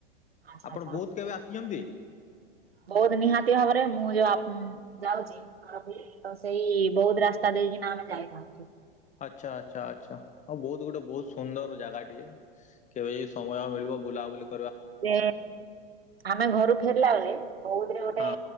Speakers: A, on the right; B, on the left.
A: ଆଚ୍ଛା
B: ଆପଣ
A: ଆଚ୍ଛା
B: ବହୁତ କେବେ ଆସିଛନ୍ତି?
A: ବହୁତ ନିହାତି ଭାବରେ ମୁଁ ଯୋଉ ଆପ୍ ଯାଉଛି। ତ ସେଇ ବହୁତ ରାସ୍ତା ଦେଇକିନା ଆମେ ଯାଇଥାଉଛୁ।
B: ଆଚ୍ଛା, ଆଚ୍ଛା, ଆଚ୍ଛା ଆଉ ବହୁତ ଗୋଟେ ବହୁତ ସୁନ୍ଦର ଜାଗା ଟିଏ କେବେ ଯେ ସମୟ ମିଳିବ ବୁଲାବୁଲି କ
A: ଯେ ଆମେ ଘରୁ ଫେରିଲା ବେଳେ, ବୌଧରେ ଗୋଟେ
B: ହଁ